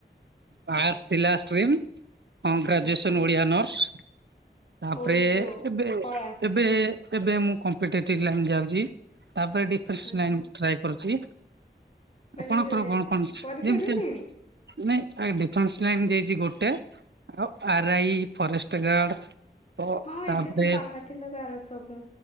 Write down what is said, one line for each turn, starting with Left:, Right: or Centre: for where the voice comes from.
Right: ପାସ୍ ଥିଲା ଷ୍ଟ୍ରିମ ଗ୍ରାଜୁଏସନ
Left: ଆଚ୍ଛା
Right: ଥିଲା ଓଡ଼ିଆ ଅର୍ନସ୍। ତାପରେ
Left: ଓଡି ଯୋଉ
Right: ଏବେ
Left: କଳା
Right: ଏ ଏବେ ମୁଁ କମ୍ପିେଟିଭ ଲାଇନ୍ ଯାଉଛି ତାପରେ ଡିଫେନ୍ସ
Left: ଆଚ୍ଛା।
Right: ଲାଇନ ଟ୍ରାଏ କରୁଛି
Left: ମାନେ
Right: ଆପଣଙ୍କର କଣ କଣ
Left: ପରୀକ୍ଷା
Right: ଯେମିତି
Left: ଦେଲେଣି?
Right: ମାନେ ଆ ଡିଫେନ୍ସ ଲାଇନ୍ ଯାଇଛି ଗୋଟେ ଆଉ ଆର ଆଇ ଫରେଷ୍ଟ ଗାର୍ଡ ତ
Left: ହଁ
Right: ତାପରେ
Left: ଏବେ ତ ବାହାର ଥିଲା ତାର ସବୁ।